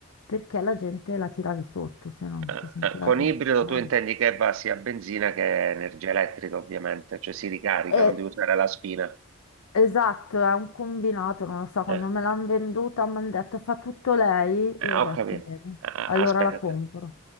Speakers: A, on the left; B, on the right.
A: perché la gente la tiravi sotto se non
B: eh,
A: ti sentiva
B: eh. Con
A: arrivare.
B: ibrido tu intendi che va sia a benzina che energia elettrica, ovviamente, cioè si ricarica,
A: E,
B: non devi usare la spina.
A: esatto, è un combinato, non lo so, quando
B: Eh.
A: me l'hanno venduta mi hanno detto fa tutto lei
B: Eh,
A: e io
B: ho
A: ho detto
B: capito.
A: bene,
B: Ah,
A: allora
B: ah, aspetta,
A: la compro
B: aspetta.